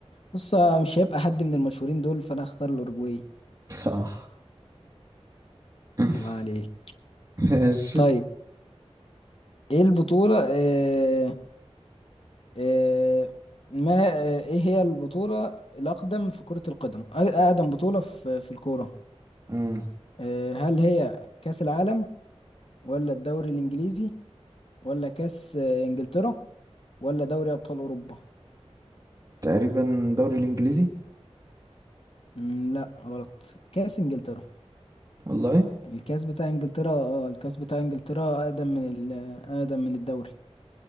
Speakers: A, on the left; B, on the right.
A: بص آه، مش هيبقى حد من المشهورين دول فأنا اختار الأوروجواي
B: صح <laughs>
A: الله عليك
B: ماشي
A: طيب ايه البطولة آه آه ما آه، ايه هي البطولة الأقدم في كرة القدم أ- أقدم بطولة في في الكورة
B: مم.
A: آه، هل هي كأس العالم ولا الدوري الانجليزي ولا كاس آه، انجلترا ولا دوري ابطال اوروبا
B: تقريبا الدوري الانجليزي
A: مم لا غلط كاس انجلترا
B: والله
A: الكاس بتاع انجلترا اه الكاس بتاع انجلترا اقدم من ال اقدم من الدوري